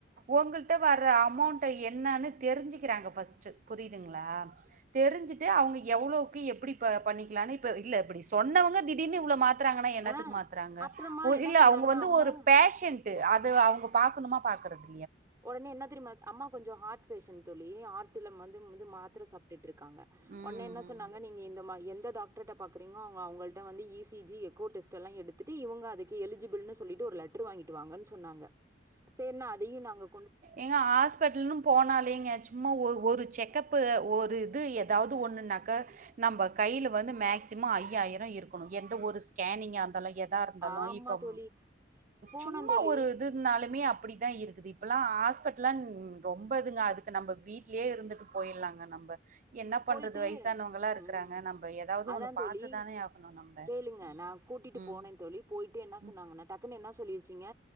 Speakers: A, on the right (about 40°); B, on the right (about 15°).
A: உங்கள்ட்ட வர அமௌண்ட என்னனு தெரிஞ்சுக்கிறாங்க ஃபர்ஸ்ட் புரியுதுங்களா தெரிஞ்சுட்டு அவங்க எவ்ளோக்கு எ எப்டி பண்ணிக்கலாம்னு இப்ப இல்ல இப்டி சொன்னவங்க திடீனு உள்ள மாத்த மாத்றாங்கன்னா என்னத்துக்கு
B: ஆ
A: மாத்துறாங்க
B: அப்புறமா என்ன
A: இல்ல
B: சொன்னாங்க
A: அவங்க வந்து
B: அம்மா
A: ஒரு ஃபேஷன் அது அவுங்க பாக்கணுமா பாக்குறது
B: உடனே என்ன தெரியுமா அம்மா கொஞ்சம் ஹார்ட் பேஷன் தோழி ஹார்ட் ல வந்து வந்து மாத்திர சாப்பிட்டுட்டு இருக்காங்க
A: ம்
B: ஒன்ன என்ன சொன்னாங்க நீங்க இந்த எந்த டாக்டர் பாக்குறங்க அவங்கள்ட வந்து E C G echo test எல்லாம் எடுத்துட்டு இவங்க அதுக்குஎலிஜிபிள்னு சொல்லிட்டு ஒரு லெட்டர் வாங்கிட்டு வாங்கன்னு சொன்னாங்க சரின நாங்க
A: எங்க ஹாஸ்பிட்டல்ன்னும் போனாலிங்க சும்மா ஒரு செக்கப்பு ஒரு இது ஏதாவது ஒண்ணுனாக்க நம்ம கையில வந்து மேக்சிமம் ஐயாயிரம் இருக்கணும் எந்த ஒரு ஸ்கேனிங் இருந்தாலும் எ இருந்தாலும்
B: ஆமா
A: இப்ப
B: தோழி போனோ
A: சும்மா
B: தோழி
A: ஒரு இது இருந்தாலுமே அப்படித்தான் இருக்குது இப்ப ஹாஸ்பிட்லாம் ரொம்ப இதுங்க அதுக்கு நம்ம வீட்லயே இருந்துட்டு போயிடலாங்க நம்ப என்ன பண்றது
B: போயிட்டு
A: வயசானவங்களா இருக்கிறாங்க.
B: உம்
A: நம்ம ஏதாவது
B: அதான்
A: ஒண்ணு
B: தோழி
A: பார்த்து தானே ஆகணும் நம்ப.
B: கேளுங்க
A: ம்.
B: நா கூட்டிட்டு
A: ம்.
B: போனேன்னு தோழி போயிட்டு என்ன சொன்னாங்க
A: ம்.
B: நா டக்குன்னு என்ன சொல்லிருச்சிங்க